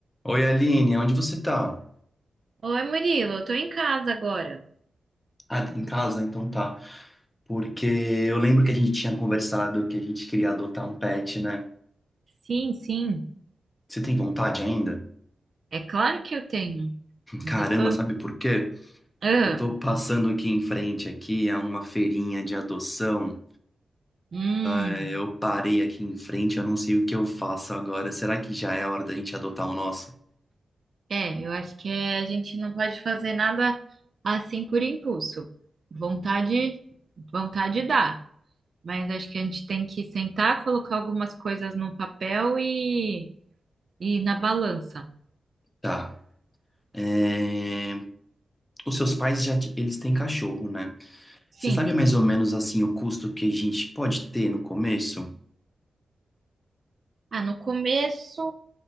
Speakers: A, on the left (about 20°); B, on the right (about 55°).
A: Oi, Aline, onde você tá?
B: Oi, Murilo, eu tô em casa agora.
A: Ah, tá em casa? Então tá. Porque eu lembro que a gente tinha conversado que a gente queria adotar um pet, né?
B: Sim, sim.
A: Você tem vontade ainda?
B: É claro que eu tenho. Ainda
A: Caramba,
B: tô...
A: sabe por quê?
B: Ah,
A: Eu tô passando aqui em frente aqui a uma feirinha de adoção.
B: hum,
A: É, Eu parei aqui em frente, eu não sei o que eu faço agora. Será que já é a hora da gente adotar o nosso?
B: é, eu acho que a gente não pode fazer nada assim por impulso. Vontade, vontade dá, mas acho que a gente tem que sentar, colocar algumas coisas no papel e, e na balança.
A: Tá. É, Os seus pais já t- eles têm cachorro, né?
B: Sim.
A: Você sabe mais ou menos assim o custo que a gente pode ter no começo?
B: Ah, no começo,